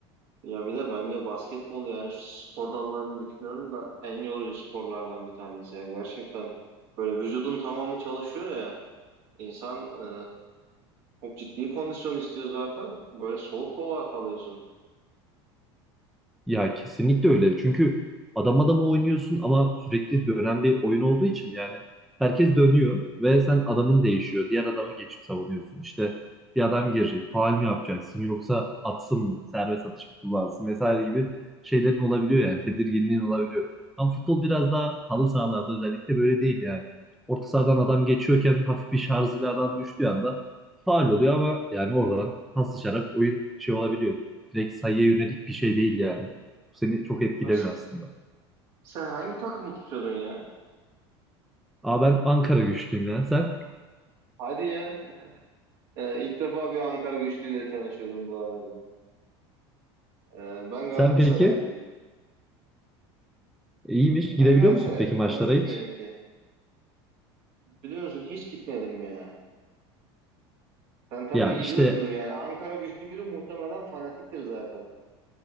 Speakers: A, on the right; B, in the centre.
A: Ya bir de bence basketbol yani şu spor dallarını düşünüyorum da en yorucu sporlardan bir tanesi. ya gerçekten böyle vücudun tamamı çalışıyor ya. İnsan e, çok ciddi kondisyon istiyor zaten. Böyle soluk soluğa kalıyorsun.
B: Ya kesinlikle öyle. Çünkü adam adama oynuyorsun ama sürekli dönen bir oyun olduğu için yani herkes dönüyor ve sen adamın değişiyor. Diğer adama geçip savunuyorsun. İşte bir adam girecek. Faul mü yapacaksın yoksa atsın mı? Serbest atış mı kullansın vesaire gibi şeylerin olabiliyor yani. Tedirginliğin olabiliyor. Ama futbol biraz daha halı sahalarda özellikle böyle değil yani. Orta sahadan adam geçiyorken hafif bir şarj ile adam düştüğü anda faul oluyor ama yani oradan paslaşarak oyun şey olabiliyor. Direkt sayıya yönelik bir şey değil yani seni çok etkilemiyor
A: Abi sen,
B: aslında.
A: sen hangi takımı tutuyordun ya?
B: Aa ben Ankara güçlüyüm ya. Sen?
A: Hadi ya. E, ilk defa bir Ankara güçlüyle tanışıyorum bu arada. E, ben Galatasaraylıyım.
B: Sen peki? İyiymiş. Gidebiliyor
A: Ben Galatasaraylıyım.
B: musun peki maçlara
A: Klasik
B: hiç?
A: benimki. Biliyor musun hiç gitmedim ya. Sen tabii
B: Ya
A: gidiyorsundur
B: işte
A: yani. Ankara güçlü biri muhtemelen fanatiktir zaten.